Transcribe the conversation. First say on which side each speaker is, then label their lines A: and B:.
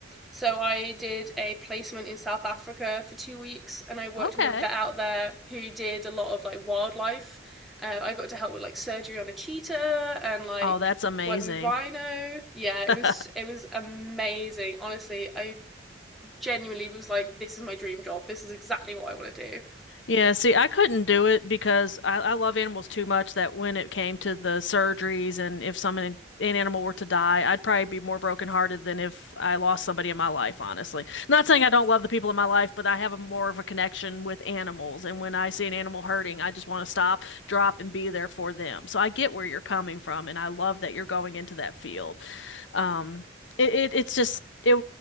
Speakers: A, in the centre; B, on the left (about 80°).
A: so I did a placement in South Africa for two weeks, and I worked
B: Okay.
A: with a vet out there who did a lot of like wildlife. Um, I got to help with like surgery on a cheetah and like
B: Oh, that's amazing.
A: work with rhino. Yeah, it was
B: <laughs>
A: it was amazing. Honestly, I genuinely was like, this is my dream job. This is exactly what I want to do.
B: Yeah, see, I couldn't do it because I, I love animals too much that when it came to the surgeries and if someone an animal were to die, I'd probably be more brokenhearted than if I lost somebody in my life, honestly. Not saying I don't love the people in my life, but I have a more of a connection with animals. And when I see an animal hurting, I just want to stop, drop, and be there for them. So I get where you're coming from, and I love that you're going into that field. Um, it, it it's just it,